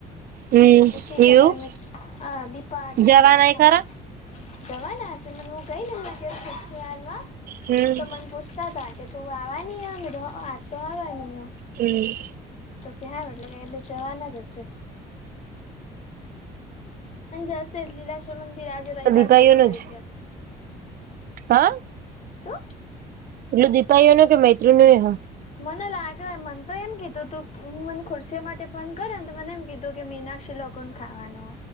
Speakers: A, on the right; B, on the left.
A: હમ
B: બછી ખબર
A: એવું
B: એમને હ દીપા આરતી
A: જવાના
B: ને બધા ખાવા.
A: એ ખરા
B: જવા ના હ મ હું ગઈ ને માગ ફરસે આલવા.
A: હમ
B: તો મને પૂછતા હતા કે તું આવા ન આ તો આવા ન હો.
A: હમ.
B: તો ખલ એટલે કે બે જવા ના જ હશે. અજશે લીલાશ મંદિ આે રવિવાર
A: દીપાઈઓનું
B: બોલો પૈકી.
A: જ હા?
B: શું
A: એટલું દીપાાઈઓ નું કે મૈત્રી નુંઈ એ હા.
B: મને લાગે હે મન તો એમ કીધું તું મને ખુરશીઓ માટે ફોન કયરો ને તો મને એમ કીધું કે મીનાક્ષી લો કોન ખાવાનો.